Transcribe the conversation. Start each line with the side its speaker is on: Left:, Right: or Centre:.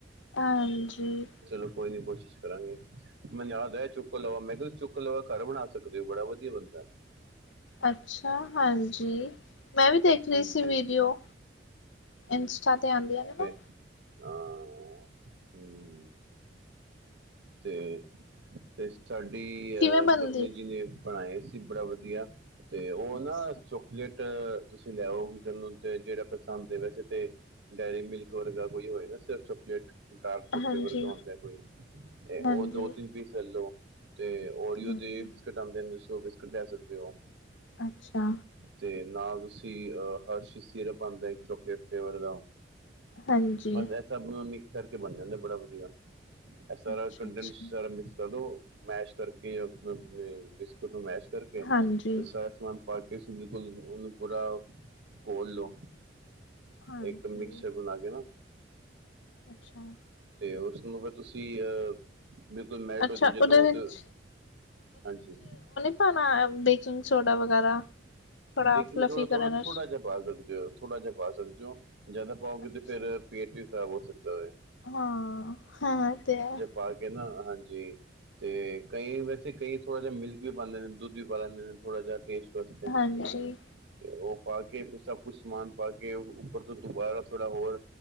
Left: ਆੳ, ਹਾਂਜੀ।
Right: ਚਲੋ ਕੋਈ ਨੀ ਕੋਸ਼ਿਸ਼ ਕਰਾਂਗੇ। ਮੈਨੂੰ ਯਾਦ ਆ ਚੋਕੋ ਲਾਵਾਂ ਮੈਂ ਕਿਹਾ ਚੁੱਕ ਚੋਕੋ ਘਰ ਬਣਾ ਸਕਦੇ ਹੋ ਬੜਾ ਵਧੀਆ ਬਨਦਾ।
Left: ਅੱਛਾ ਹਾਂਜੀ, ਮੈਂ ਵੀ ਦੇਖ ਰਹੀ
Right: ਹਾਂਜੀ
Left: ਸੀ ਵੀਡੀਓ। ਇੰਸਟਾ ਤੇ ਆਉਂਦੀਆਂ ਹਨ ਨਾ।
Right: ਹਹ ਹਮ। ਤੇ ਸਾਡੀ
Left: ਕਿਵੇਂ
Right: ਅਹ
Left: ਬਣਦੀ?
Right: ਪਤਨੀ ਜੀ ਨੇ ਬਣਾਏ ਸੀ, ਬੜਾ ਵਧੀਆ। ਤੇ ਉਹ
Left: ਅੱਛਾ
Right: ਨਾ ਚੋਕਲੇਟ ਤੁਸੀਂ ਲਿਆਓ ਤੇ ਜਿਹੜਾ ਪਸੰਦ ਦੇ, ਵੈਸੇ ਤੇ ਡੇਅਰੀ ਮਿਲਕ ਵਰਗਾ ਕੋਈ ਹੋਏ ਨਾ ਸਿਰਫ ਚੋਕਲੇਟ ਡਾਰਕ ਚੌਕਲਟ
Left: ਹਾਂਜੀ,
Right: ਵਰਗਾ ਹੁੰਦਾ ਕੋਈ ਤੇ ਉਹ
Left: ਹਾਂਜੀ,
Right: ਦੋ ਤਿੰਨ ਪੀਸ ਲੈ ਲੋ ਤੇ ਓਰੀਓ
Left: ਹਾਂਜੀ।
Right: ਦੇ ਬਿਸਕਟ ਆਉਂਦੇ, ਤੁਸੀ ਉਹ ਬਿਸਕਟ ਲੈ ਸਕਦੇ ਹੋ।
Left: ਅੱਛਾ।
Right: ਤੇ ਨਾਲ ਤੁਸੀਂ ਅਹ ਹਰਸ਼ੀ ਸਿਰਪ ਆਂਦੇ ਇੱਕ ਚੋੱਕੇ ਫਲੇਵਰ ਦਾ।
Left: ਹਾਂਜੀ।
Right: ਬਸ ਇਹ ਸਭ ਮਿਕਸ ਕਰਕੇ ਬਣ ਜਾਂਦਾ ਬੜਾ ਵਧੀਆ, ਇਹ ਸਾਰਾ
Left: ਅੱਛਾ,
Right: ਕੰਡੈਂ
Left: ਅੱਛਾ,
Right: ਮਿਕਸ ਕਰ ਦੋ, ਮੈਸ਼ ਕਰਕੇ ਆਪਣਾ ੳਹਨੂੰ ਮੈਸ਼ ਕਰਕੇ
Left: ਹਾਂਜੀ,
Right: ਕੁ ਸਾਰਾ ਸਮਾਨ ਪਾ ਕੇ ਸਿਰਪ ੳਹਨੂੰ ਕੋਲ, ਉਹਨੂੰ ਥੋੜਾ ਕੋਲ ਲੋ।
Left: ਹਾਂਜੀ।
Right: ਇੱਕ ਮਿਕਸਰ ਬਣਾ ਕੇ ਨਾ
Left: ਅੱਛਾ।
Right: ਤੇ ਉਸਨੂੰ ਫਿਰ ਤੁਸੀਂ ਅਹ ਬਿਲਕੁਲ ਮੈਲਟ
Left: ਅੱਛਾ
Right: ਹੋ ਜੇ ਜਦੋਂ
Left: ਉਹਦੇ ਵਿੱਚ
Right: ਤੇ ਹਾਂਜੀ।
Left: ਪਾਨਾ ਬੇਕਿੰਗ ਸੋਡਾ ਵਗੈਰਾ। ਥੋੜਾ
Right: ਬੇਕਿੰਗ
Left: ਫਲਫੀ
Right: ਸੋਡਾ
Left: ਕਰਨ
Right: ਥੋੜਾ-
Left: ਆਸ
Right: ਥੋੜਾ ਜਿਹਾ ਪਾ ਸਕਦੇ ਹੋ, ਥੋੜ੍ਹਾ ਜਿਹਾ ਪਾ ਸਕਦੇ ਹੋ, ਜਿਆਦਾ ਪਾਓਗੇ
Left: ਅੱਛਾ,
Right: ਤੇ ਫੇਰ ਪੇਟ ਵੀ ਖ਼ਰਾਬ ਹੋ ਸਕਦਾ ਵੇ।
Left: ਹਾਂ ਹੈ ਤੇ ਆ।
Right: ਪਾ ਕੇ ਨਾ ਹਾਂਜੀ। ਤੇ ਕਈ ਵੈਸੇ ਕਈ ਥੋੜਾ ਜਿਹਾ ਮਿਲਕ ਵੀ ਪਾਦੇ ਨੇ ਦੁੱਧ ਵੀ ਪਾ ਲੈਂਦੇ ਨੇ। ਥੋੜਾ ਜਿਹਾ ਟੇਸਟ ਵਾਸਤੇ।
Left: ਹਾਂਜੀ।
Right: ਤੇ ਉਹ ਪਾ ਕੇ ਫਿਰ ਸਭ ਕੁਛ ਸਮਾਨ ਪਾ ਕੇ ਉੱਪਰ ਤੋਂ ਦੁਬਾਰਾ ਥੋੜ੍ਹਾ ਹੋਰ